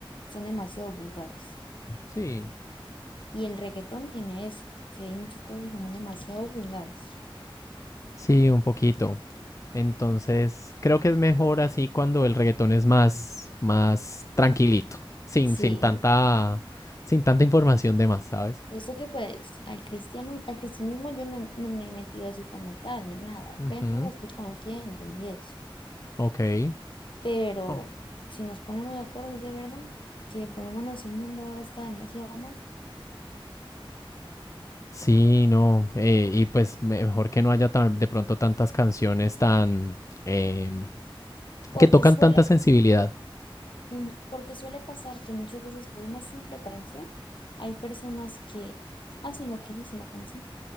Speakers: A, on the left (about 60°); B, on the left (about 35°).
A: son demasiado vulgares.
B: Sí.
A: Y el reggaetón tiene eso, que hay muchas cosas que son demasiado vulgares.
B: Sí, un poquito. Entonces, creo que es mejor así cuando el reggaetón es más, más tranquilito, sin,
A: Sí,
B: sin tanta, sin tanta información de más, ¿sabes?
A: y eso que pues al cristiano, al cristianismo yo no, no me he metido así como tal ni nada, apenas
B: Ujú,
A: lo estoy conociendo y eso.
B: Ok.
A: Pero
B: Oh.
A: si nos ponemos de acuerdo de verdad, que por lo menos el mundo ahora está demasiado mal,
B: Sí, no. eh, y pues mejor que no haya tan- de pronto tantas canciones tan, em,
A: porque
B: que tocan
A: suele,
B: tanta sensibilidad.
A: ujú, porque suele pasar que muchas veces por una simple canción hay personas que hacen lo que dice la canción.